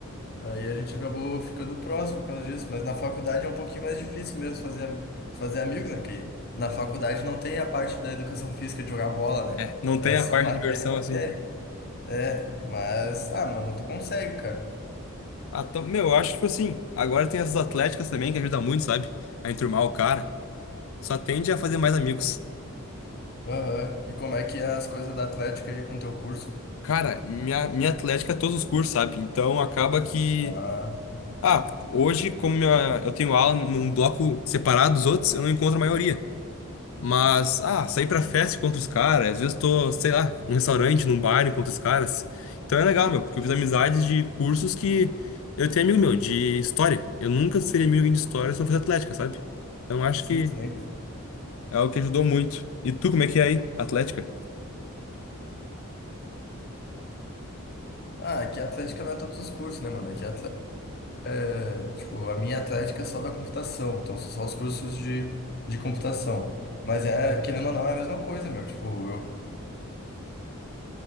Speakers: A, on the left; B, on the left.
A: aí a gente acabou ficando próximo por causa disso. Mas na faculdade é um pouquinho mais difícil mesmo fazer, fazer amigos, né? Que na faculdade não tem a parte da educação física de jogar bola,
B: É,
A: né?
B: não
A: É
B: tem
A: só
B: a parte
A: matéria,
B: da diversão
A: e matéria.
B: assim.
A: É, mas, ah, mano, tu consegue, cara.
B: Ah, então, meu, eu acho, tipo assim, agora tem essas atléticas também que ajudam muito, sabe? A enturmar o cara. Só tende a fazer mais amigos.
A: Aham. E como é que é as coisas da Atlética aí com o teu curso?
B: Cara, minha, minha atlética é todos os cursos, sabe? Então acaba que.
A: Ah,
B: Ah, hoje, como minha- eu tenho aula num bloco separado dos outros, eu não encontro a maioria. Mas, ah, sair pra festa enquanto os caras, às vezes tô, sei lá, num restaurante, num bar enquanto os caras. Então é legal, meu, porque eu fiz amizades de cursos que eu tenho amigo meu, de história. Eu nunca seria amigo de alguém de história se não fosse atlética, sabe? Então acho
A: sim,
B: que
A: tu nem.
B: é algo que ajudou muito. E tu, como é que é aí, atlética?
A: Ah, aqui a Atlética não é todos os cursos, né, mano? Aqui a É, tipo, a minha atlética é só da computação, então são só os cursos de, de computação. Mas é, querendo ou não, é a mesma coisa, meu. Tipo, eu,